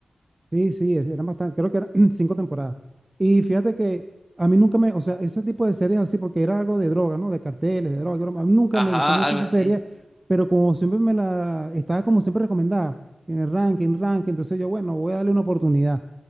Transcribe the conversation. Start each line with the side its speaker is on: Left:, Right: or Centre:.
Right: Sí, sí, es- eran bastante, creo que eran <clears throat> cinco temporadas. Y fíjate que a mí nunca me, o sea, ese tipo de series así, porque era algo de droga, ¿no? De carteles, de droga. broma. A mí nunca
Centre: Ajá,
Right: me gustó mucho
Centre: algo
Right: esa
Centre: así.
Right: serie, pero como siempre me la, estaba como siempre recomendada, en el ranking, ranking, entonces yo, bueno, voy a darle una oportunidad.